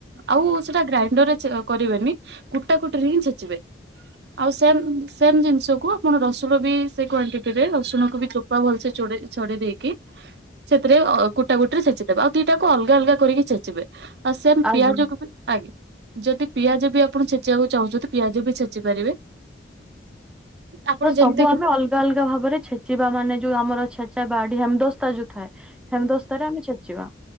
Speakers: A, on the right (about 65°); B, in the centre.
A: ଆଉ ସେଟା ଗ୍ରାଇଣ୍ଡର ରେ କରିବେନି କୁଟା, କୁଟି ରେ ଛେଚିବେ। ଆଉ ସେମ୍ ସେମ୍ ଜିନିଷକୁ ଆପଣ ରସୁଣ ବି ସେଇ କ୍ଵାଣ୍ଟିଟିରେ ରସୁଣକୁ ବି ଚୋପ୍ ଭଲସେ ଚୁଡ ଛଡେଇ ଦେଇକି ସେଥିରେ କୁଟା କୁଟି ରେ ଛେଚି ଦେବେ, ଆଉ ଦି ଟାକୁ ଅଲଗା ଅଲଗା କରିକି ଛେଚିବେ। ଆଉ ସେମ୍
B: ଆଜ୍ଞା
A: ପିଆଜ କୁ ବି ଆଞା ଯଦି ପିଆଜ କୁ ବି ଆପଣ ଛେଚିବାକୁ ଚାହୁଁଛନ୍ତି ପିଆଜ ବି ଛଚି ପାରିବେ। ଆପଣ
B: ତ ସବୁ
A: ଯେମିତି
B: ଆମେ ଅଲଗା ଅଲଗା ଭାବରେ ଛେଚିବା ମାନେ ଯୋଉ ଆମର ଛେଚା ବାଡି ହେମ ଦସ୍ତା ଯୋଉ ଥାଏ ହେମ୍ ଦସ୍ତାରେ ଆମେ ଛେଚିବା।